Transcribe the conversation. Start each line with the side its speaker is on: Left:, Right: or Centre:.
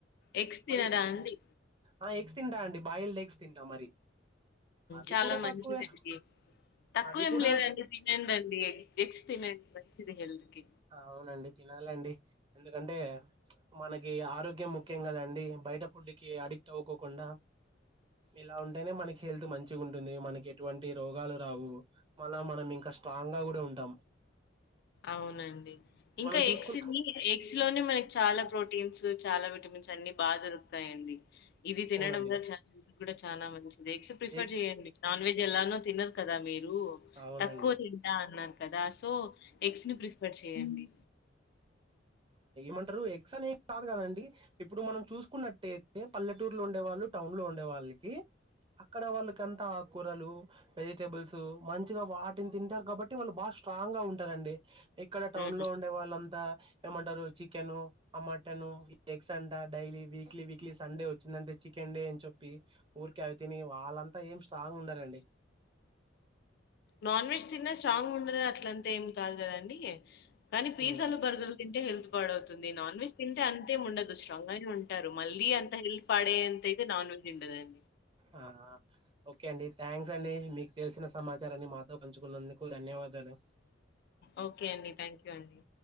Left: ఎగ్స్ తినరా
Right: మళ్ళ
Left: అండి?
Right: ఆ ఎగ్స్ తింటా అండి బాయిల్ ఎగ్స్ తింటా మరి అవి
Left: చాలా
Right: కూడా
Left: మంచిది
Right: తక్కువే.
Left: అండి తక్కువ
Right: అది
Left: ఏం
Right: కూడా
Left: లేదండి తినడిఅండి ఎగ్స్ తినండి మంచిది హెల్త్ కి
Right: అవునండి తినాలండి ఎందుకంటే మనకి ఆరోగ్యం ముఖ్యం కదండి బయట ఫుడ్కి అడిక్ట్ అవుకోకుండా ఇలా ఉంటేనే మనకి హెల్త్ మంచిగా ఉంటుంది మనకి ఎటువంటి రోగాలు రావు మళ్ళ మనం ఇంకా స్ట్రాంగ్ గా కూడా ఉంటాం
Left: అవునండి. ఇంకా
Right: మనం చూసుకు
Left: ఎక్స్ ని ఎక్స్ లోనే మన చాలా ప్రోటీన్స్ చాలా విటమిన్స్ అన్ని బాగా దొరుకుతాయండి ఇది తినడం
Right: అవునండి
Left: వల్ల చ ఇది కూడా చాలా మంచిది ఎక్స ప్రిఫర్
Right: ఎగ్
Left: చేయండి నాన్ వెజ్ ఎలానో తినరు కదా మీరు
Right: అవునండి
Left: తక్కువ తింటా అన్నారు కదా సో ఎగ్స్ ను ప్రిఫర్ చేయండి
Right: మంటారు ఎక్స అన్ ఏ కాదు కదండి ఇప్పుడు మనం చూసుకున్నట్టయితే పల్లెటూరు లో ఉండే వాళ్ళు టౌన్ లో ఉండే వాళ్ళకి అక్కడ వాళ్ళకంతా ఆకుకూరలు వెజిటబుల్స్ మంచిగా వాటిని తింటారు కాబట్టి వాళ్ళు బాగా స్ట్రాంగ్ గా ఉంటారండి ఇక్కడ టౌన్
Left: హ్మ్.
Right: లో ఉండే వాళ్ళంతా ఏమంటారు చికెన్ ఆ మటన్ ఎగ్స్ అంట డైలీ వీక్లీ వీక్లీ సండే వచ్చిందంటే చికెండే అని చెప్పి ఊరికా అవి తిని వాళ్ళంతా ఏం స్ట్రాంగ్ ఉండారండి
Left: నాన్ వెజ్ తిన్న స్ట్రాంగ్ ఉండదు అట్లంతా ఏం కాదు కదండి కానీ పిజ్జలు
Right: హ్మ్
Left: బర్గర్లు తింటే హెల్త్ పడవుతుంది నాన్ వెెజ్ తింటే అంతే ఉండదు స్ట్రాంగ్ గానే ఉంటారు మళ్ళీ అంత హెల్ప్ పడే అంత ఇతే నాన్ వెజ్ ఉండదది
Right: ఆ ఓకే అండి థ్యాంక్స్ అండి మీకు తెలిసిన సమాచారాన్ని మాతో పంచుకున్నందుకు ధన్యవాదాలు
Left: ఓకే అండి థ్యాంక్ యూ అండి